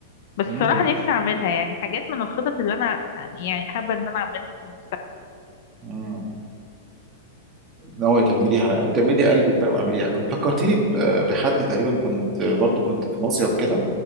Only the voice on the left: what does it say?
بس
بصراحه نفسي اعملها يعني حاجات من الخطط اللي انا يعني حابه ان انا اعملها في المستقبل